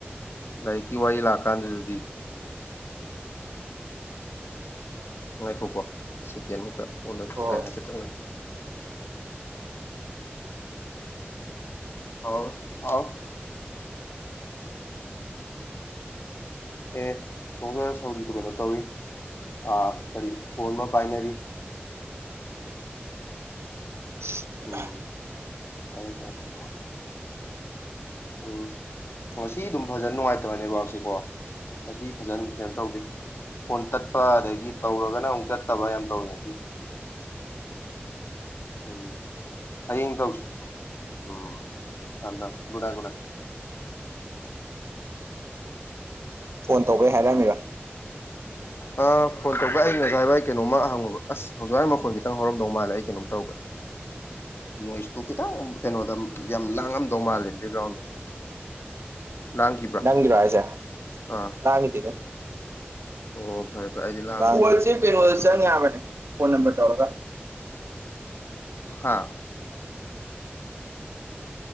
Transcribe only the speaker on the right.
ꯍꯣꯏ
ꯍꯣꯏ
<unintelligible>
ꯐꯣꯟ ꯇꯧꯕꯩ ꯍꯥꯏꯔꯝꯃꯤꯔꯣ
ꯅꯪꯒꯤꯔꯣ ꯍꯥꯏꯖꯦ
ꯇꯥꯒꯤꯗꯦꯍꯦ
ꯑꯥ ꯋꯥꯠꯆꯞ ꯀꯩꯅꯣꯗ
ꯆꯪ
ꯌꯥꯕꯅꯦ ꯐꯣꯟ ꯅꯝꯕꯔ ꯇꯧꯔꯒ